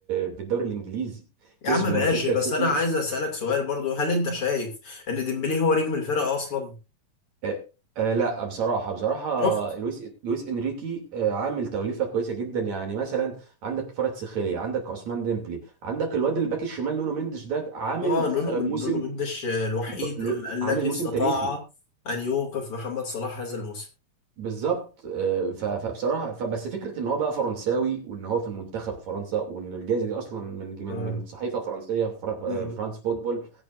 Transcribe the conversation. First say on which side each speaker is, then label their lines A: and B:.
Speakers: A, on the right; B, on the left.
A: في الدوري الانجليزي
B: يا
A: كسبوا
B: عم ماشي
A: مانشستر
B: بس
A: سيتي
B: انا عايز اسالك سؤال برضو هل انت شايف ان ديمبلي هو نجم الفرقه اصلا
A: آه، آه، لا بصراحة بصراحة
B: شفت
A: لويس لويس انريكي آه، عامل توليفة كويسة جدا يعني مثلا عندك فرد سخيليا عندك عثمان ديمبلي عندك الواد الباك الشمال نونو مينديش ده عامل
B: اه نونو
A: آه،
B: من
A: موسم
B: نونو مندش الوحيد
A: ل-
B: ال
A: ل-
B: الذي
A: عامل موسم
B: استطاع
A: تاريخي
B: ان يوقف محمد صلاح هذا الموسم
A: بالظبط آه، ف- فبصراحة فبس فكرة ان هو بقى فرنساوي وان هو في المنتخب فرنسا وان الجائزة دي اصلا من من
B: اه
A: من صحيفة فرنسية فر-
B: مم.
A: آه، فرانس فوتبول